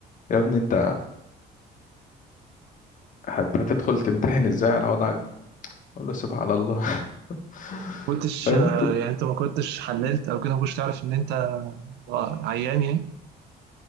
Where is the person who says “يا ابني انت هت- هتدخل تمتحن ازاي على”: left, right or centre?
Left